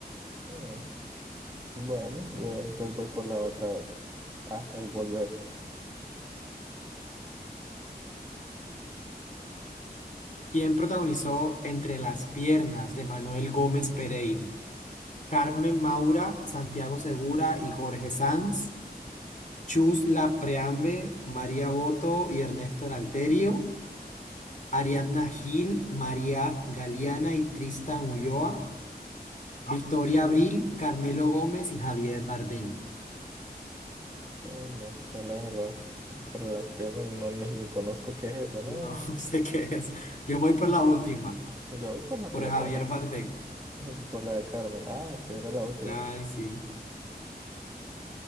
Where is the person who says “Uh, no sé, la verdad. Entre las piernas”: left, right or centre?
Right